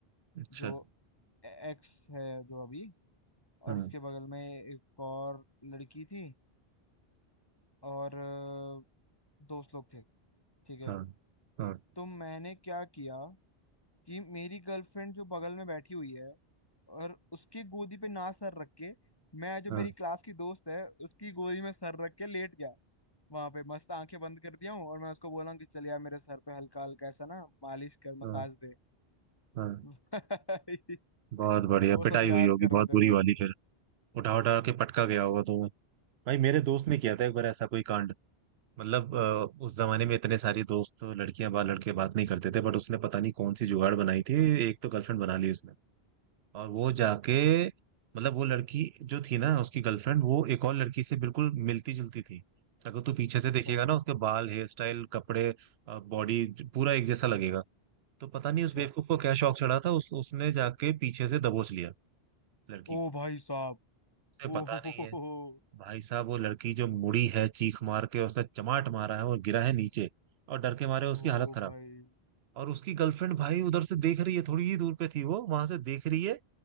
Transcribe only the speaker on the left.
जो एक्स है जो अभी और
उसके बगल में एक और लड़की थी और अ, दोस्त लोग थे ठीक है
तो मैंने क्या किया कि मेरी गर्लफ्रेंड जो बगल में बैठी हुई है और उसके गोदी पे ना सर रख के मैं जो
मेरी क्लास की दोस्त है उसकी गोदी में सर रख के लेट गया वहां पे मस्त आंखें बंद कर दिया हूँ और मैं उसको बोला हूँ कि चल यार मेरे सर पे हल्का हल्का ऐसा ना मालिश कर
मसाज दे
<laughs> भाई
वो
सब याद
कर
रहे थे
भाई
अच्छा
अच्छा
ओ
भाई साहब
ओ
हो
हो हो,
हो,
ओ
भाई